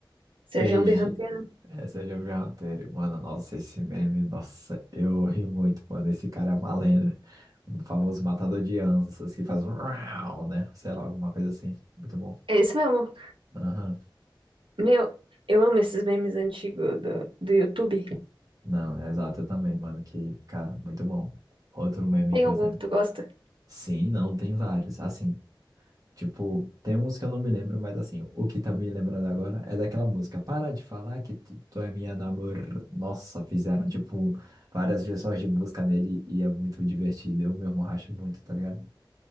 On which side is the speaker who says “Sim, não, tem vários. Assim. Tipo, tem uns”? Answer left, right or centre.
Right